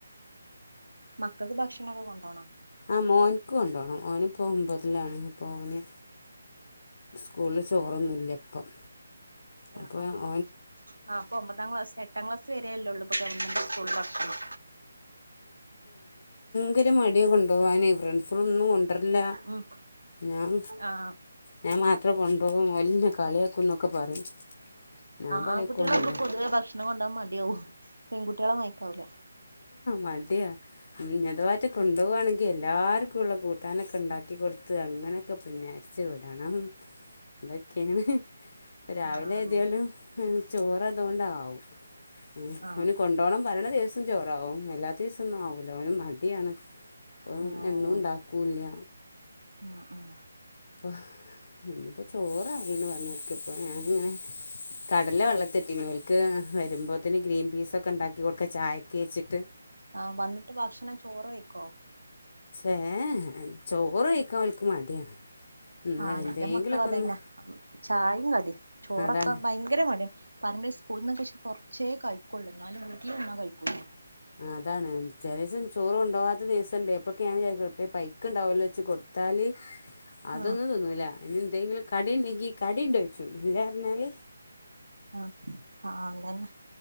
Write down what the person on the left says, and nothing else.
ആ മോനക്ക് കൊണ്ടുപോണം മോന് ഇപ്പോൾ മുമ്പതിലാണ് അപ്പോൾ ഓന് സ്കൂളിൽ ചോറൊന്നുമില്ല അപ്പം അ
കൊണ്ടി് മടിയ കൊണ്ട് പോവാന് ഫ്രണ്ട്സുകളൊന്നും കൊണ്ടരില്ല
ഞാൻ
ഞാൻ മാത്രമേ കൊണ്ട വലിയ കളിയാക്കും എന്നൊക്കെ പറയും ഞാൻ പറയും
കൊണ്ട്
മടിയ അത്വാറ്റെ കൊണ്ടു പോവാണെങ്കിൽ എല്ലാർക്കും ഉള്ള കൂട്ടാനൊ ഒക്ക ഉണ്ടാക്കി കൊടുത്ത് അങ്ങനെയൊക്കെ പിന്നെ അരച്ച വിടണം അതൊക്കെയാണ് രാവിലെ
എഴതിയാലും ചോറതുകൊണ്ടാവും ഉ
അവന് കൊണ്ടുപോണം പറരണ ദിവസം ചോറാവും ല്ല അത്യാവസംന്നും ആകില്ല അവ മ കതെയാണ് അപ്പം
എന്നും ഉണ്ടാക്കില്ല
അപ്പോൾ ഇന്നിപ്പോൾ ചോറായിന്ന് പറഞ്ഞടുക്ക ഇപ്പോൾ ഞാനിങ്ങനെ കടലെ വെള്ളത്തിട്ടീവക്ക് വരുമ്പോത്തന്നന് ഗ്രീൻ പീസൊക്കെ ഉണ്ടാക്കി കൊടുക്ക ചായൊക്കെ വെച്ചിട്ട്
ഏഹ ചോറ് കഴിക്കാൻ ഓൽക്ക് മടിയാണ് എന്നാലും
എന്തെങ്കിലൊക്കെ
ഒന്ന്
അതാണ്
അതാണ് ചെല ദിവസം ചോറും കൊണ്ടോവാത്ത ദിവസം എപ്പോഴൊക്ക ഞാൻ വിചാരിക്കും പൈക്ക് ഉണ്ടാവുമല്ലോ വെച്ച് കൊടുത്താല് അതൊന്നും
തിന്നൂല്ല അ എന്തെങ്കിലും കടി ഉണ്ടെങ്കി കടിണ്ടോ ചോയ്ച്ചും ഇല്ലപറഞ്ഞാല്